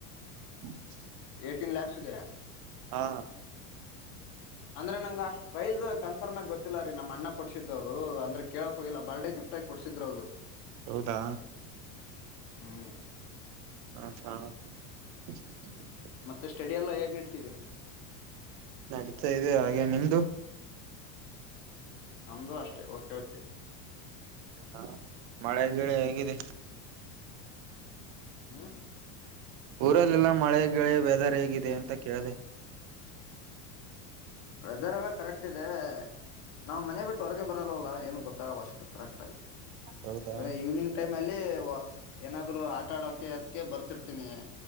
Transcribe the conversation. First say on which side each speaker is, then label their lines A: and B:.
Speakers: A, on the right; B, on the left.
A: <unintelligible>
B: ಫಿಫ್ಟಿಟೀನ್ ಲಾಕ್ಸ್ ಇದೆ
A: ಹಾ
B: ಅಂದ್ರೆ ನಂಗಗ ಅಷ್ಟ್ ಪ್ರೈಸ್ ಕನ್ಫರ್ಮ್ ಆಗಿ ಗೊತ್ತ ಗೊತ್ತಿಲ್ಲ ರೀ ನಮ್ಮಣ್ಣ ಕೊಡಿಸಿದ್ದು ಅದು ಅಂದ್ರೆ ಕೇಳಕ್ ಹೋಗಿಲ್ಲ ಬರ್ಡಡೆ ಗಿಫ್ಟ ಆಗಿ ಕೊಡ್ಸಿದ್ರು ಅದು.
A: ಹೌದಾ
B: ಹ್ಮ್.
A: <unintelligible>
B: ಮತ್ತೆ ಸ್ಟಡಿ ಎಲ್ಲ ಹೇಗ್ ನಡ್ತಿದೆ.
A: ನಡೀತಾ ಇದೆ ಹಾಗೆ ನಿಮ್ದು.
B: ನಮ್ದು ಅಷ್ಟೆ ಓಕೆ ಓಕೆ.
A: ನಾ ಮಳೆ ಗೀಳೆ ಹೇಗಿದೆ.
B: ಹ್ಮ.
A: ಊರಲ್ಲೆಲ್ಲ ಮಳೆೆ ಗಿಳೆ ವೆದರ್ ಹೇಗಿದೆ ಅಂತ ಕೇಳಿದೆ.
B: ವೆದರ್ ಎಲ್ಲ ಕರೆಕ್ಟ್ ಇದೆ. ನಾವ್ ಮನೆ ಬಿಟ್ಟು ಹೊರಗೆ ಬರಲ್ಲವಲ್ಲ ಏನ್ ಗೊತ್ತಾಗಲ್ಲ ಅಷ್ಟು ಕರೆಕ್ಟ್ ಆಗಿ
A: ಹೌದಾ
B: ಅಂದ್ರೆ ಈವ್ನಿಂಗ್ ಟೈಮ್ ಮಲ್ಲಿ ಏನಾದ್ರು ಆಟ ಆಡಕೆ ಅದಕ್ಕೆ ಬರ್ತಿರ್ತೀನಿ.